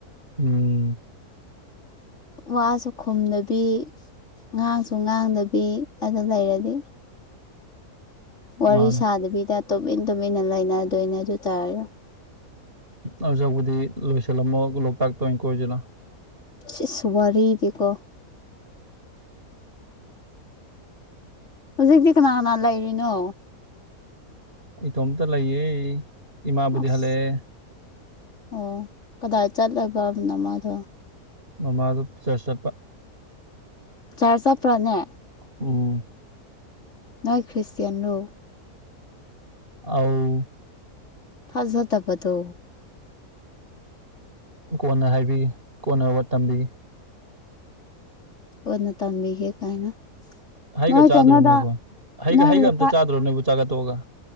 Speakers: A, on the right; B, on the left.
A: ꯎꯝ
B: ꯋꯥꯁꯨ ꯈꯨꯝꯗꯕꯤ ꯉꯥꯡꯁꯨ ꯉꯥꯡꯗꯕꯤ ꯑꯗꯨ ꯂꯩꯔꯗꯤ ꯋꯥꯔꯤ
A: ꯃꯥꯅꯦ
B: ꯁꯥꯗꯕꯤꯗ ꯇꯨꯃꯤꯟ ꯇꯨꯃꯤꯟꯅ ꯂꯩꯅꯗꯣꯏꯅꯦ ꯑꯗꯨ ꯇꯥꯔꯦ
A: ꯑꯗꯨ ꯁꯔꯨꯛꯄꯨꯗꯤ ꯂꯣꯏꯁꯤꯜꯂꯝꯃꯣ ꯂꯣꯛꯇꯥꯛꯇ ꯑꯣꯏ ꯀꯣꯏꯔꯨꯖꯤꯅ
B: ꯏꯁ ꯏꯁ ꯋꯥꯔꯤꯗꯤꯀꯣ ꯍꯧꯖꯤꯛꯇꯤ ꯀꯅꯥ ꯀꯅꯥ ꯂꯩꯔꯤꯅꯣ
A: ꯑꯩ ꯏꯇꯣꯝꯇ ꯂꯩꯌꯦ ꯏꯃꯥꯕꯨꯗꯤ
B: ꯑꯁ
A: ꯍꯜꯂꯛꯑꯦ
B: ꯑꯣ ꯀꯗꯥꯏ ꯆꯠꯂꯕ ꯅꯃꯥꯗꯣ
A: ꯃꯃꯥꯗꯣ ꯆꯔꯁ ꯆꯠꯄ
B: ꯆꯔꯁ ꯆꯠꯄ꯭ꯔꯥꯅꯦ
A: ꯎꯝ
B: ꯅꯣꯏ ꯈ꯭ꯔꯤꯁꯇ꯭ꯌꯥꯟꯔꯣ
A: ꯑꯥꯎ
B: ꯊꯥꯖꯗꯕꯗꯣ
A: ꯀꯣꯟꯅ ꯍꯥꯏꯕꯤꯒꯦ ꯀꯣꯟꯅ ꯋꯥ ꯇꯝꯕꯤꯒꯦ
B: ꯀꯣꯟꯅ ꯇꯝꯕꯤꯒꯦ ꯀꯥꯏꯅ
A: ꯍꯩꯒ
B: ꯅꯣꯏ
A: ꯆꯥꯗ꯭ꯔꯣ
B: ꯀꯩꯅꯣꯗ
A: ꯅꯣꯏꯕ ꯍꯩꯒ
B: ꯅꯣꯏ
A: ꯍꯩꯒ
B: ꯂꯩꯀꯥꯏ
A: ꯑꯝꯇ ꯆꯥꯗ꯭ꯔꯣ ꯅꯣꯏꯕꯨ ꯆꯥꯛ ꯆꯥ ꯇꯣꯛꯑꯒ